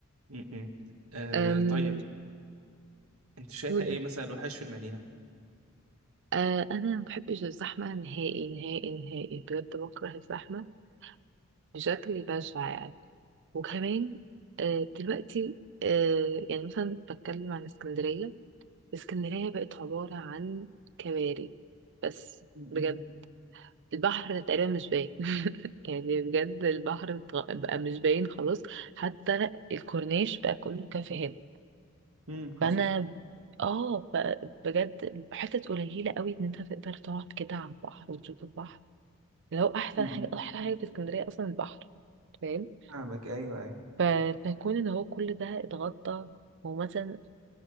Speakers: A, on the right; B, on the right.
A: م- م. آه
B: أم...
A: طيب انت شايفة
B: قولوا
A: ايه مثلا الوحش في المدينة؟
B: أه أنا ما بحبش الزحمة نهائي نهائي نهائي بجد بكره الزحمة بشكل بشع يعني وكمان أه دلوقتي أه يعني مثلا بتكلم عن اسكندرية اسكندرية بقت عبارة عن كباري بس
A: امم
B: بجد البحر تقريبا مش باين <laughs> يعني بجد البحر بقى مش باين خلاص حتى الكورنيش بقى كله كافيهات
A: أمم، حصل
B: فانا اه فبجد حتت قليله قوي ان انت تقدر تقعد كده على البحر وتشوف البحر لو احسن
A: أمم.
B: حاجه احلى حاجه في اسكندريه اصلا البحر فاهم
A: فاهمك ايوه ايوه
B: ف- فيكون ان هو كل ده اتغطى ومثلا